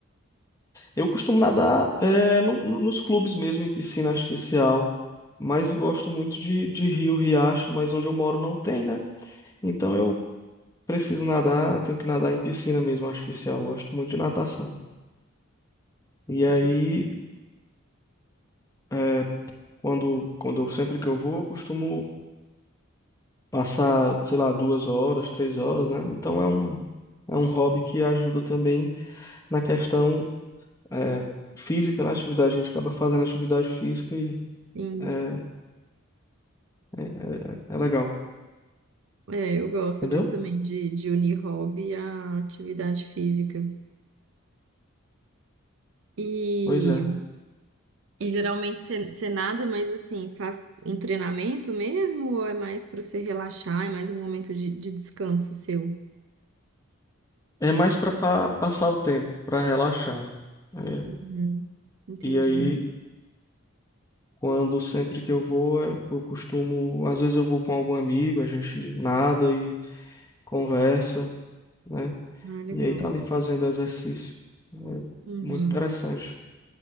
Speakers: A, on the left; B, on the right.
A: Eu costumo nadar é, no- no- nos clubes mesmo, em piscina artificial. Mas eu
B: Hum,
A: gosto muito de, de rio, riacho, mas onde eu moro não tem, né? Então eu preciso nadar, tenho que nadar em piscina mesmo, artificial. Eu gosto muito de natação. E aí,
B: Que legal.
A: é, quando, quando, eu- sempre que eu vou, eu costumo passar, sei lá, duas horas, três horas, né? Então é um, é um hobby que ajuda também na questão, é, física, na atividade. A gente acaba fazendo atividade física e
B: Sim.
A: é, é, é é legal.
B: É, eu gosto
A: Entendeu?
B: disso também, de, de unir hobby à atividade física. E,
A: Pois é.
B: e geralmente você você nada, mas assim, faz um treinamento mesmo ou é mais para você relaxar, é mais um momento de, de descanso seu?
A: É mais pra pa- passar o tempo, pra relaxar. É.
B: Uhum, entendi.
A: E aí, quando sempre que eu vou, é, eu costumo, às vezes eu vou com algum amigo, a gente nada e conversa, né?
B: Ah, legal.
A: E aí tá ali fazendo exercício. É
B: Uhum.
A: muito interessante.